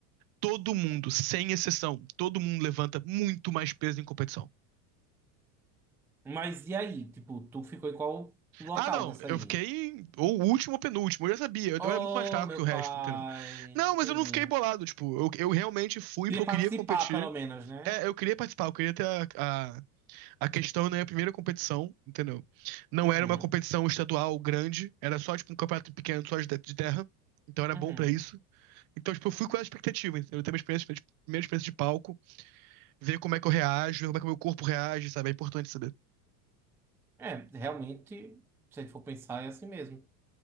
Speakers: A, on the right; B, in the centre.
A: Todo mundo, sem exceção, todo mundo levanta muito mais peso em competição.
B: Mas e aí? Tipo, tu ficou em qual local
A: Ah, não,
B: nessa
A: eu
B: aí?
A: fiquei em- ou último ou penúltimo, eu já sabia,
B: Oh,
A: eu era muito mais fraco
B: meu
A: que o resto,
B: pai.
A: entendeu? Não,
B: Entendi.
A: mas eu não fiquei bolado, tipo, eu, eu realmente fui
B: Queria
A: porque eu queria
B: participar,
A: competir.
B: pelo menos, né?
A: É, eu queria participar, eu queria ter a, a, a questão né minha primeira competição, entendeu? Não
B: Uhum.
A: era uma competição estadual grande, era só tipo um campeonato pequeno, só de, de terra, então era
B: Uhum.
A: bom pra isso. Então, tipo, eu fui com essa expectativa, entendeu? Eu tenho uma experiência, tipo, primeira experiência de palco, ver como é que eu reajo, ver como é que o meu corpo reage, sabe? É importante saber.
B: É, realmente, se a gente for pensar, é assim mesmo.